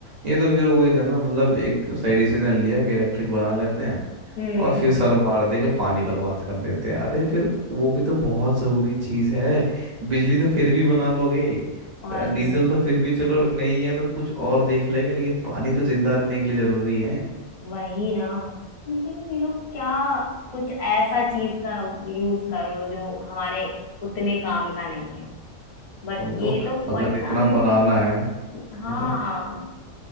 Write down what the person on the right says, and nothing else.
ये तो फिर वही था ना मतलब एक सही डिसीजन लिया कि इलेक्ट्रिक बना लेते हैं
और फिर सर मार दे के पानी बर्बाद कर देते हैं अरे फिर वो भी तो बहुत जरूरी चीज है बिजली तो फिर भी बना लोगे
अ, डीजल
तो फिर भी चलो नहीं है तो कुछ और देख लेंगे लेकिन पानी तो जिंदा रहने के लिए जरूरी है
वही
तो
अगर
इतना बनाना है वही
तो